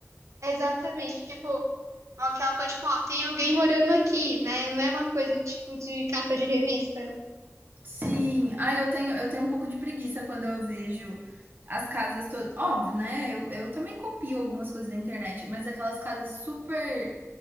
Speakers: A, on the right (about 80°); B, on the right (about 40°).
A: Exatamente. Tipo, aquela coisa, tipo, ó, tem alguém morando aqui, né? Não é uma coisa, tipo, de capa de revista.
B: Sim, ah, eu tenho eu tenho um pouco de preguiça quando eu vejo as casas todas óbvio, né, eu eu também copio algumas coisas da internet, mas aquelas casas super